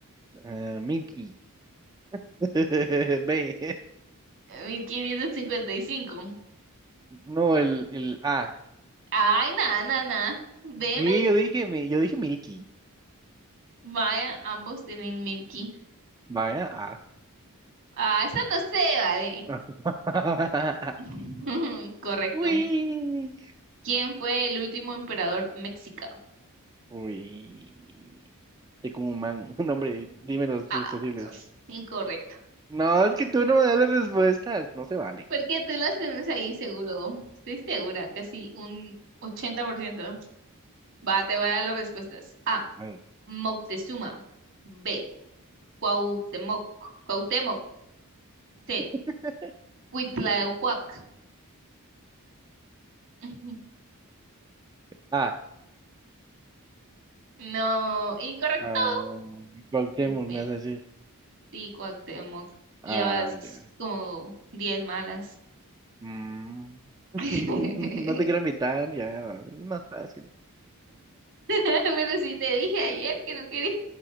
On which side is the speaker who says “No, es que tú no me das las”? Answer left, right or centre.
Right